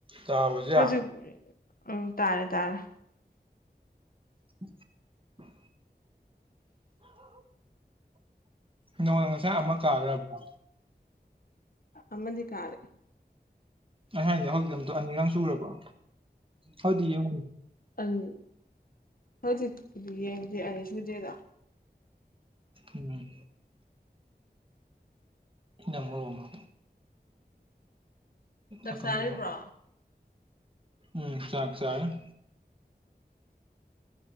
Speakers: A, on the right; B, on the left.
A: ꯇꯥꯕꯖꯦ
B: ꯍꯧꯖꯤꯛ ꯎꯝ ꯇꯥꯔꯦ ꯇꯥꯔꯦ
A: <inaudible> ꯅꯣꯡꯅ ꯉꯁꯥꯏ ꯑꯃ ꯀꯥꯈ꯭ꯔꯕ꯭ꯔꯥ
B: ꯑꯃꯟꯗꯤ ꯀꯥꯔꯦ
A: ꯑꯩ ꯍꯥꯏꯅꯤ ꯍꯧꯖꯤꯛ ꯑꯝ ꯑꯅꯤꯒ ꯁꯨꯔꯕ ꯍꯧꯗꯤ ꯌꯦꯡꯉ
B: ꯑꯅꯤ ꯍꯧꯖꯤꯛꯇꯗꯤ ꯌꯦꯡꯗꯦ ꯑꯅꯤ ꯁꯨꯗꯦꯗ
A: ꯎꯝ ꯝꯕ ꯋꯥꯃ
B: ꯆꯥꯛ
A: ꯑ ꯀꯉ
B: ꯆꯥꯔꯤꯕ꯭ꯔꯣ
A: ꯄ ꯎꯝ ꯆꯥꯛ ꯆꯥ <inaudible>